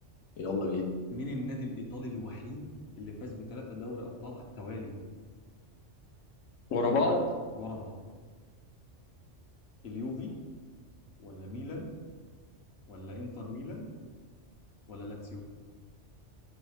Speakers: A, on the left; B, on the left.
A: يلا بينا
B: مين النادي الايطالي الوحيد اللي فاز بثلاثه دوري ابطال على التوالي
A: ورا بعض
B: ورا بعض اليوفي ولا ميلان ولا انتر ميلان ولا لاتسيو